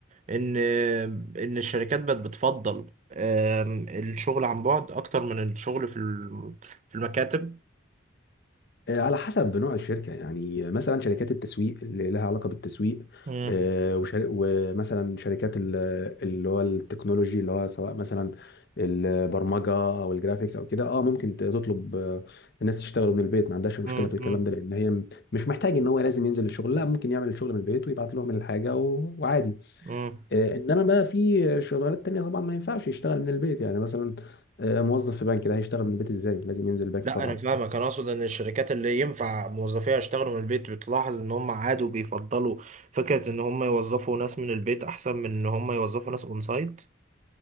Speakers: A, on the right; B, on the left.
A: ان ان الشركات بقت بتفضل آم، الشغل عن بعد اكتر من الشغل في الم- في المكاتب
B: آه، على حسب نوع الشركة يعني مثلا شركات التسويق اللي لها علاقة بالتسويق
A: مم.
B: آه، وشر- ومثلا شركات ال- اللي هو التكنولوجي اللي هو سواء مثلا البرمجة أو الجرافيكس أو كده اه ممكن ت- تطلب آه، الناس تشتغل من البيت ما عندهاش مشكلة
A: مم.
B: في الكلام
A: مم.
B: ده لأن هي م- مش محتاج إن هو لازم ينزل الشغل لا ممكن يعمل الشغل من البيت ويبعت لهم الحاجة و- وعادي
A: مم.
B: آه، إنما بقى في شغلانات تانية طبعا ما ينفعش يشتغل من البيت يعني مثلا آه، موظف في بنك ده هيشتغل من البيت ازاي لازم ينزل البنك
A: لا
B: طبعا
A: انا فاهمك انا اقصد ان الشركات اللي ينفع موظفيها يشتغلوا من البيت بتلاحظ ان هم عادوا بيفضلوا فكرة ان هم يوظفوا ناس من البيت احسن من ان هم يوظفوا ناس اون سايت